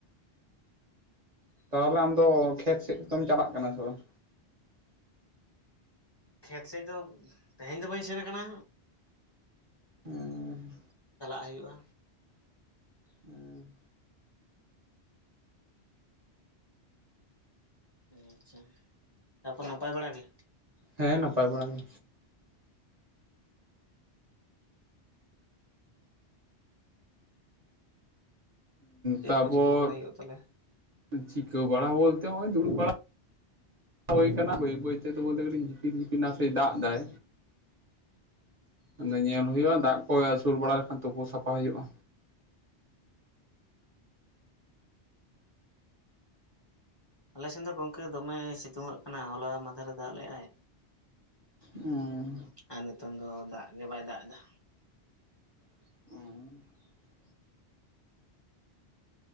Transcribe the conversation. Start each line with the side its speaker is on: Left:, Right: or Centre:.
Right: ᱛᱟᱦᱚᱞᱮ ᱟᱢ ᱫᱚ ᱠᱷᱮᱛ ᱥᱮᱫ ᱠᱚ ᱫᱚᱢ ᱪᱟᱞᱟᱜ ᱠᱟᱱᱟ ᱥᱮ ᱵᱟᱝ
Left: ᱠᱷᱮᱛ ᱥᱮᱫ ᱫᱚ ᱛᱮᱦᱮᱧ ᱫᱚ ᱵᱟᱹᱧ ᱥᱮᱱ ᱟᱠᱟᱱᱟ
Right: ᱦᱮᱸ
Left: ᱪᱟᱞᱟᱜ ᱦᱩᱭᱩᱜᱼᱟ
Right: ᱦᱮᱸ
Left: ᱟᱪ ᱪᱷᱟ ᱛᱟᱯᱚᱨ ᱱᱟᱯᱟᱭ ᱵᱟᱲᱟ ᱜᱮ
Right: ᱦᱮᱸ ᱱᱟᱯᱟᱭ ᱵᱟᱲᱟ ᱜᱮ
Left: ᱪᱮᱫ
Right: ᱛᱟᱨᱯᱚᱨ
Left: ᱠᱚ ᱪᱤᱠᱟᱹ ᱵᱟᱲᱟᱭ ᱦᱩᱭᱩᱜᱼᱟ ᱛᱟᱦᱚᱞᱮ
Right: ᱪᱤᱠᱟᱹ ᱵᱟᱲᱟ ᱵᱚᱞᱛᱮ ᱱᱚᱜ ᱚᱭ ᱫᱩᱲᱩᱵ ᱵᱟᱲᱟ ᱦᱩᱭ ᱠᱟᱱᱟ ᱵᱟᱹᱭ ᱵᱟᱹᱭ ᱠᱟᱹᱴᱤᱡ ᱡᱤᱯᱤᱨ ᱡᱤᱯᱤᱨ ᱱᱟᱥᱮ ᱫᱟᱜ ᱮᱫᱟᱭ ᱟᱫᱚ ᱧᱮᱞ ᱦᱩᱭᱩᱜᱼᱟ ᱫᱟᱜ ᱠᱚ ᱟᱹᱥᱩᱨ ᱵᱟᱲᱟ ᱞᱮᱠᱷᱟᱱ ᱛᱩᱯᱩ ᱥᱟᱯᱷᱟ ᱦᱩᱭᱩᱜᱼᱟ
Left: ᱟᱞᱮ ᱥᱮᱫ ᱫᱚ ᱜᱚᱢᱠᱮ ᱫᱚᱢᱮ ᱥᱤᱛᱩᱝᱜ ᱠᱟᱱᱟ ᱦᱚᱞᱟ ᱢᱟᱫᱷᱮᱨ ᱨᱮ ᱫᱟᱜ ᱞᱮᱫᱟᱭ
Right: ᱦᱸ
Left: ᱟᱨ ᱱᱤᱛᱚᱝ ᱫᱚ ᱫᱟᱜ ᱜᱮ ᱵᱟᱭ ᱫᱟᱜ ᱮᱫᱟ
Right: <inaudible>